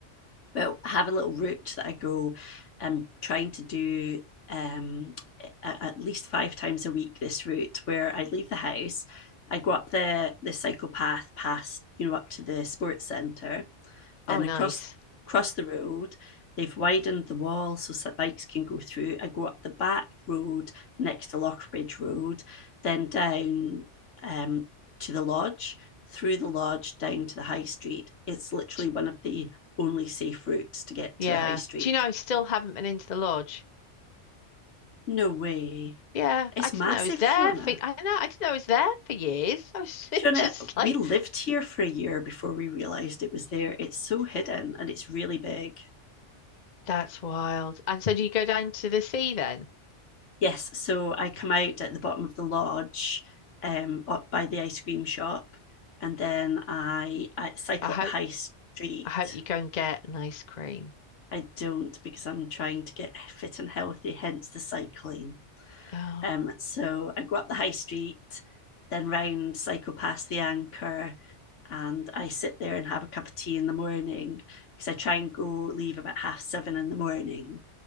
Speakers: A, on the left; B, on the left.
A: But I have a little route that I go. I'm trying to do um, at least five times a week this route where I leave the house. I go up the the cycle path past you know up to the sports centre, Then
B: Oh, nice.
A: across across the road, they've widened the wall so bikes can go through. I go up the back road next to Lockbridge Road, then down um, to the lodge, through the lodge down to the high street. It's literally
B: D
A: one of the only safe routes to get
B: yeah.
A: to the high street.
B: Do you know I still haven't been into the lodge?
A: No way.
B: Yeah,
A: It's
B: I didn't
A: massive,
B: know it was there
A: Fiona.
B: for I know I didn't know it was there for years. I was
A: Fiona,
B: <laughs> just like,
A: we lived here for a year before we realised it was there. It's so hidden and it's really big.
B: that's wild. And so do you go down to the sea then?
A: Yes, so I come out at the bottom of the lodge, um, up by the ice cream shop, and then I, I cycle
B: I hope
A: up the high street.
B: I hope you go and get an ice cream.
A: I don't because I'm trying to get fit and healthy, hence the cycling.
B: Oh,
A: Um, so I go up the high street, then round, cycle past the anchor, and I sit there and have a cup of tea in the morning because I try and go leave about half seven in the morning.